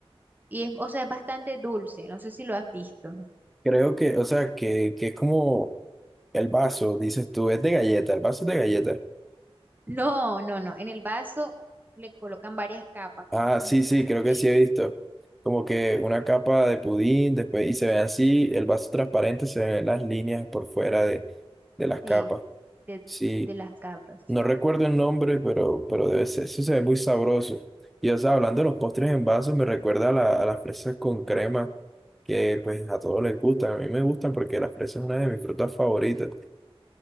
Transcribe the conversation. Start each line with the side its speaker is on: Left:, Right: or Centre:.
Right: Y es, o sea, es bastante dulce, no sé si lo has visto.
Centre: Creo que, o sea, que, que es como El vaso, dices tú, es de galleta, el vaso es de galleta.
Right: No, no, no. En el vaso le colocan varias capas, como
Centre: Ah, sí,
Right: un pudín,
Centre: sí, creo que sí he visto. Como que una capa de pudín, después, y se ve así, el vaso transparente, se ven las líneas por fuera de, de las
Right: sí,
Centre: capas.
Right: de,
Centre: Sí,
Right: de las capas.
Centre: no recuerdo el nombre, pero, pero debe ser, eso se ve muy sabroso. Y o sea, hablando de los postres en vaso, me recuerda a, la- a las fresas con crema, que pues a todos les gustan, a mí me gustan porque las fresas es una de mis frutas favoritas.